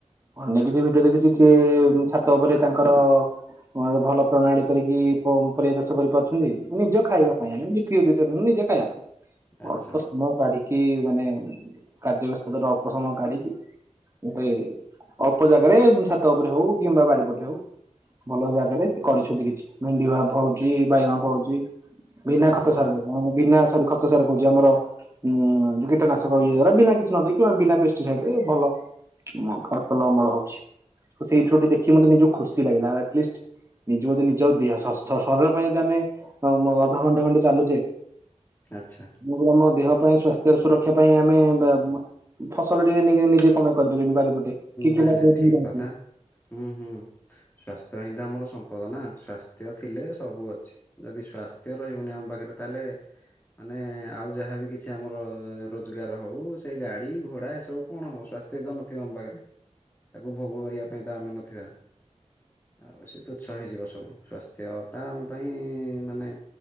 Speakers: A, on the right; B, on the left.
A: ଅନେକ କିଛି ଭିଡିଓ ଦେଖୁଛି କିଏ ଛାତ ଉପରେ ତାଙ୍କର ଭଲ ପ୍ରଣାଳୀ କରିକି ପରବା ଚାଷ କରିପାରୁଛନ୍ତି। ନିଜ ଖାଇବା
B: ଆଛା
A: ପାଇଁ ଏମତିି ବିକ୍ରି ଉଦେସ୍ୟରେ ନୁହଁ ନିଜେ ଖାଇବା ପାଇଁ।
B: ଆଛା
A: ଅଳ୍ପ ସମୟ କାଢିକି କି ମାନେ କାର୍ଯ୍ୟ ବ୍ୟସ୍ତତାାର ଅଳପ ସମୟ କାଢିକି ଗୋଟେ ଅଳ୍ପ ଜାଗାରେ ଛାତ ଉପରେ ହଉ କିମ୍ବା ବାଡି ପଟରେ ହଉ - ଭଲ ଜାଗାରେ ସେ କରିଛନ୍ତି କିଛି ଭେଣ୍ଡି ଭଲ ଫଳୁଛି। ବାଇଗଣ ଫଳୁଛି ବିନା ଖତ
B: ଆଛା
A: ସାରରେ ବିନା ସରି ଖତ ସାର କହୁଛି ଆମର ଉଁ କୀଟନାଶକ ଇଏ ହେଉରା ବିନା କିଛି ନ ଦେଇେଇକିେ ବିନା ପେଷ୍ଟିସାଇଡ ରେ ଭଲ ଫଳ। ଭଲ ଅମଳ ହଉଛି। ତ ସେଇଥିଥରୁ ଟିକେ ଦେଖି ମତେ ନିଜକୁ ଖୁସି ଲାଗିଲା ଆଟଲିଷ୍ଟ ନିଜକୁ ଯଦି ନିଜ ଦେହ ଶ ଶରୀର ପାଇଁ ଯଦି ଆମେ ଅଧଘଣ୍ଟେ ଘଣ୍ଟେ ଚାଲୁଛେ।
B: ଆଛା
A: ଏମିତି ରେ ଆମ ଦେହ ପାଇଁ ସ୍ଵାସ୍ଥ୍ୟ ସୁରକ୍ଷା ପାଇଁ ଆମେ ବେମେ ଫସଲ ଟିକେେ ନିଜେ କଁ ପାଇଁ କରିପାରନି ବାରିପଟେ କି
B: ନାଇଁ
A: କିମ୍ବା
B: ନାଇଁ ଠିକ କଥା ହୁଁ ହୁଁ ସ୍ଵାସ୍ଥ୍ୟ ହିତ ଆମର ସମ୍ପଦ ନା ସ୍ଵାସ୍ଥ୍ୟ ଥିଲେ ସବୁ ଅଛି। ଯଦି ସ୍ଵାସ୍ଥ୍ୟ ରହିବନି ଆମ ପାଖରେ ତାହେଲେ ମାନେ ଆଉ ଯାହାବି କିଛି ଆମର ରୋଜଗାର ହଉ ସେ ଗାଡି ଘୋଡା ଏ ସବୁ କଣ ହବ ସ୍ଵାସ୍ଥ୍ୟ ତ ନଥିବ ଆମ ପାଖରେ ତାକୁ ଭୋଗ କରିବା ପାଇଁ ତ ଆମେ ନଥିବା। ଆଉ ସେ ତୁଚ୍ଛ ହେଇଯିବ ସବୁ ସ୍ୱାସ୍ଥ୍ୟ ଟା ଆମ ପାଇଁ ମାନେ